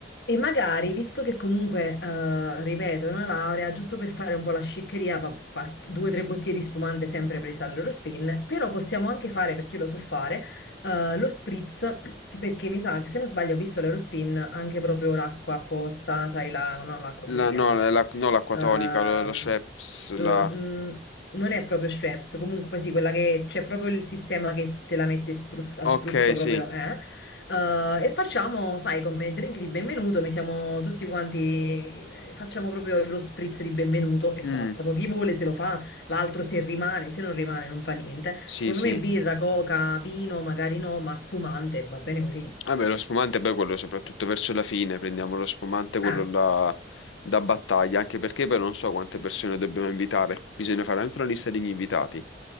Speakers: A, on the left; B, on the left.
A: E magari, visto che comunque, eh, ripeto, è una laurea, giusto per fare un po' la sciccheria, va- qual- due o tre bottiglie di spumante sempre presa all'Eurospin, però possiamo anche fare, perché io lo so fare, eh, lo spritz, <clears throat> perché mi sa che se non sbaglio ho visto l'Eurospin anche proprio l'acqua apposta, sai la, no, l'acqua,
B: La-
A: come si chiama?
B: no, la, no, l'acqua
A: Ehm,
B: tonica, la, la Schweppes,
A: l-
B: la...
A: mm, non è proprio Schweppes, comunque sì, quella che c'è proprio il sistema che te la mette sprut- a
B: Ok,
A: spruzzo proprio,
B: sì.
A: eh? Eh, e facciamo, sai, come drink di benvenuto, mettiamo tutti quanti, eh, facciamo proprio lo spritz di benvenuto e
B: Mm,
A: basta. Poi chi vuole se lo fa, l'altro se rimane, se non rimane non fa niente.
B: sì,
A: Secondo
B: sì.
A: me birra, coca, vino, magari no, ma spumante, va bene così.
B: Vabbè, lo spumante poi quello soprattutto verso la fine, prendiamo lo spumante, quello
A: Eh,
B: là da battaglia, anche perché poi non so quante persone dobbiamo invitare. Bisogna fare anche una lista degli invitati.